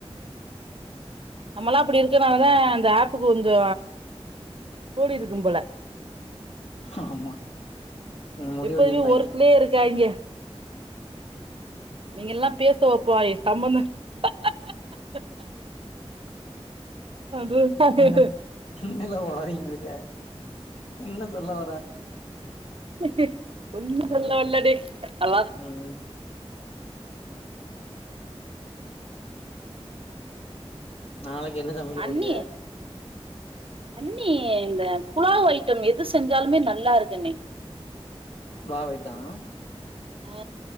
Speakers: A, on the right; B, on the left.
A: நம்மல்லா அப்டி இருக்கனாலதா அந்த ஆப்பு கொஞ்சொ கூடிருக்கும் போல
B: ஆமா ம் முடிவு
A: எப்பவுமே
B: பண்ணிருப்பாய்ங்க
A: ஒர்க்குலயே இருக்காய்ங்க நீங்க எல்லா பேச வப்பாய் <unintelligible> பண்றது
B: என்ன என்னலே ஒலரிகிட்ருக்க என்ன சொல்ல வர
A: <unintelligible> ஒன்னு சொல்ல
B: ம்
A: வர்லடி அல்லா
B: ம் நாளைக் என்ன சமைக்க
A: அண்ணி
B: போறிக
A: அண்ணி இந்த புலாவ் ஐட்டம் எது செஞ்சாலுமே நல்லா இருக்கு அண்ணி
B: புலாவ் ஐட்டம்
A: ஆ